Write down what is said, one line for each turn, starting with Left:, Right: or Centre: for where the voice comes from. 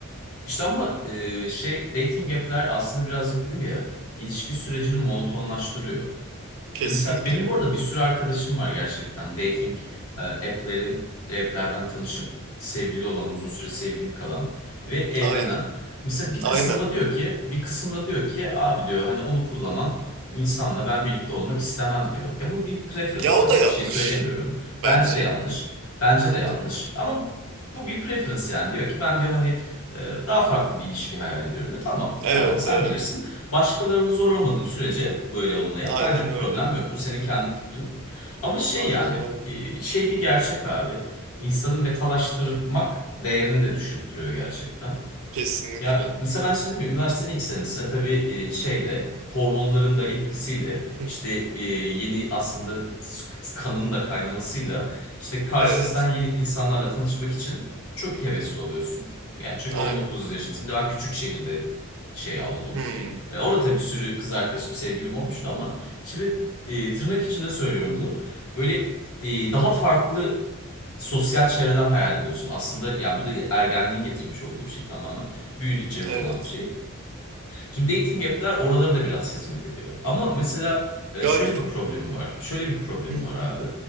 Left: İşte ama e, şey dating app'ler aslında birazcık dedim ya ilişki sürecini monotonlaştırıyor.
Right: Kesinlikle.
Left: Ve mesela benim bu arada bir sürü arkadaşım var gerçekten. Dating e, app'lerin app'lerden tanışıp sevgili olan, uzun süre sevgili kalan ve evlenen.
Right: Aynen.
Left: Mesela bir kısımda
Right: Aynen.
Left: diyor ki, bir kısımda diyor ki abi diyor hani onu kullanan insanla ben birlikte olmak istemem diyor. Ya bu bir preference
Right: Ya o
Left: tabii.
Right: da yanlış
Left: Bir şey söylemiyorum. Bence
Right: bence.
Left: de yanlış. Bence
Right: Hı
Left: de
Right: hı.
Left: yanlış. Ama bu bir preference yani. Diyor ki ben diyor hani e, daha farklı bir ilişki hayal ediyorum. Ve tamam,
Right: Evet,
Left: tamam sen
Right: evet.
Left: bilirsin. Başkalarını zorlamadığın sürece böyle olmaya
Right: Aynen
Left: bence bir
Right: öyle.
Left: problem yok. Bu senin kendi fikrin. Ama şey
Right: Aynen
Left: yani
Right: öyle.
Left: e, şey bir gerçek abi. İnsanı metalaştırmak değerini de düşürttürüyor gerçekten.
Right: Kesinlikle.
Left: Ya mesela ben işte dedim ya üniversitenin ilk senesinde tabii e, şeyle hormonların da etkisiyle
Right: Hı.
Left: işte e, yeni aslında s- kanın da kaynamasıyla işte karşınızdan
Right: Evet.
Left: yeni insanlarla tanışmak için çok hevesli oluyorsun. Yani çünkü
Right: Aynen.
Left: 19 yaşınız bir de ben küçük şehirde şey oldum.
Right: Hmm.
Left: E, orada tabii bir sürü kız arkadaşım sevgilim olmuştu ama şimdi e, tırnak içinde söylüyorum bunu. Böyle e, daha farklı sosyal çevreler hayal ediyorsun. Aslında ya bu da ergenliğin getirmiş olduğu bir şey tamamen büyüdükçe yok
Right: Evet.
Left: olan bir şey. Şimdi dating app'ler oralara da biraz hizmet ediyor. Ama mesela e,
Right: Galiba.
Left: şöyle bir problemi var. Şöyle bir problemi
Right: Hı.
Left: var abi.